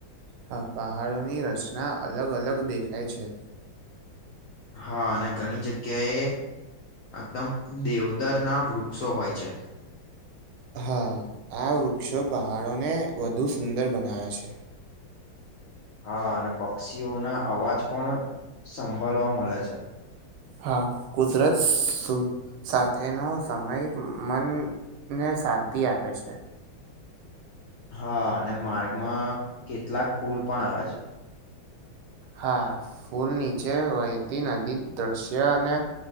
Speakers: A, on the right (about 85°); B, on the left (about 70°).
A: હા પહાડોની રચના અલગ અલગ દેખાય છે.
B: હા અને ઘણી જગ્યાએ એકદમ દેવદર ના વૃક્ષો હોય છે.
A: હા આ વૃક્ષો પહાડોને વધુ સુંદર બનાવે છે.
B: હા અને પક્ષીઓ ના અવાજ પણ સંભળવા મળે છે
A: હા કુદરત સુ. સાથેનો સમય મનને શાંતિ આપે છે.
B: હા અને માર્ગમાં કેટલાક પુલ પણ આવે છે.
A: હા ફૂલ નીચે વહેતી નદી દ્રશ્ય અને